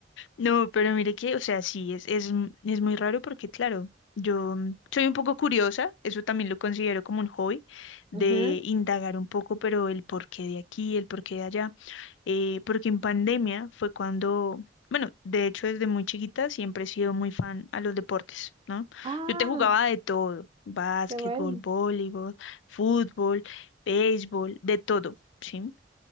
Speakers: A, on the left; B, on the right.
A: No, pero mire que, o sea, sí, es, es, m- es muy raro porque, claro, yo mm, soy un poco curiosa, eso también lo considero como un hobby, de
B: <laughs> Ujú.
A: indagar un poco, pero el porqué de aquí, el porqué de allá, eh, porque en pandemia fue cuando, bueno, de hecho desde muy chiquita siempre he sido muy fan a los deportes, ¿no?
B: Ah,
A: Yo te jugaba de todo, básquetbol,
B: qué bueno.
A: voleibol, fútbol, béisbol, de todo. ¿sí?